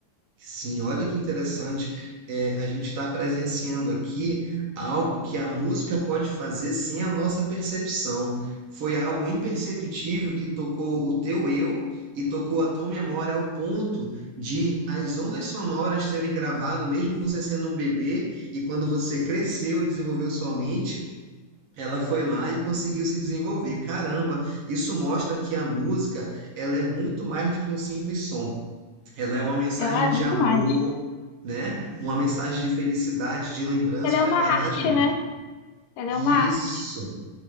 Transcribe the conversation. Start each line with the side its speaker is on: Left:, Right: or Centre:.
Right: Sim, olha que interessante. É, a gente está presenciando aqui algo que a música pode fazer sem a nossa percepção. Foi algo imperceptível que tocou o teu eu e tocou a tua memória ao ponto de as ondas sonoras terem gravado, mesmo você sendo um bebê, e quando você cresceu e desenvolveu sua mente, ela foi lá e conseguiu se desenvolver. Caramba, isso mostra que a música, ela é muito mais do que um simples som. Ela é uma mensagem
Left: Ela é
Right: de
Left: muito
Right: amor,
Left: mais.
Right: né? Uma mensagem de felicidade, de lembranças,
Left: Ela é
Right: não
Left: uma
Right: é verdade,
Left: arte,
Right: amiga?
Left: né? Ela
Right: Isso,
Left: é uma arte.